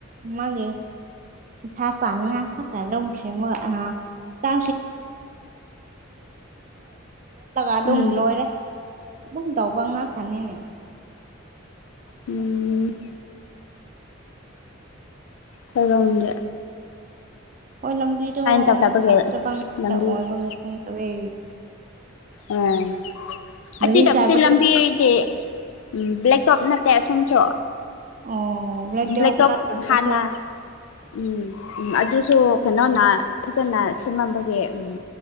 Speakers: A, on the right; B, on the left.
A: ꯃꯥꯒꯦ <inaudible> ꯄꯩꯁꯥ ꯆꯥꯉꯤꯡꯉꯥꯢ ꯈꯥꯛꯇ ꯂꯧꯈꯔꯦ ꯃꯣꯢ <unintelligible> <unintelligible> <unintelligible> <unintelligible> <unintelligible> ꯀ ꯑꯗꯨꯝ
B: ꯎꯝ
A: ꯂꯣꯏꯔꯦ ꯑꯗꯨꯝ ꯇꯧꯕ ꯉꯥꯛꯇꯅꯤꯅꯦ
B: ꯎꯝ ꯀꯝꯗꯦ
A: ꯍꯣꯏ ꯂꯝꯕꯤꯗꯣ
B: ꯇꯧꯗꯕꯒꯤ
A: ꯐꯠꯇꯕ ꯉꯥꯛꯇ
B: ꯂꯝꯕꯤꯗꯤ
A: ꯑꯣꯏꯕꯒꯤ ꯈꯪꯗꯔꯦ
B: ꯎꯝ
A: ꯒꯥꯔꯤ
B: ꯑꯁꯤꯗꯕꯨꯗꯤ
A: ꯆꯥꯏꯕꯗꯨ
B: ꯂꯝꯕꯤꯒꯤ ꯎꯝ ꯕ꯭ꯂꯦꯛꯇꯣꯞ ꯅꯠꯇꯦ ꯑꯁꯣꯝꯁꯨ
A: ꯑꯣ ꯇꯦꯞ
B: ꯕ꯭ꯂꯦꯛ ꯇꯣꯞ
A: ꯅꯠꯇ꯭ꯔꯕꯁꯨ
B: ꯍꯥꯟꯅ ꯎꯝ ꯎꯝ ꯑꯗꯨꯁꯨ ꯀꯩꯅꯣꯅ ꯐꯖꯅ ꯁꯦꯝꯃꯝꯕꯒꯦ ꯎꯝ